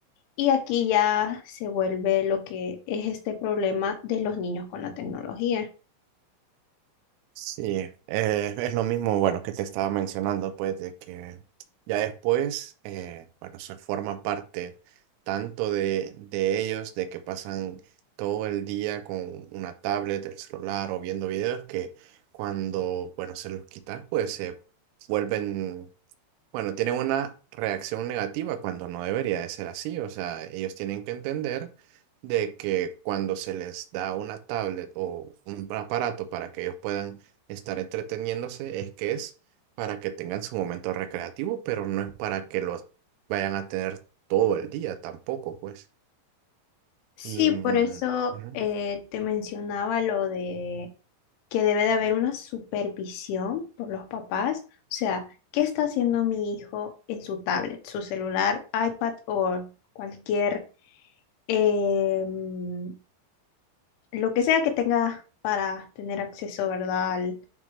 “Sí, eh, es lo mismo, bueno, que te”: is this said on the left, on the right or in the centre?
Right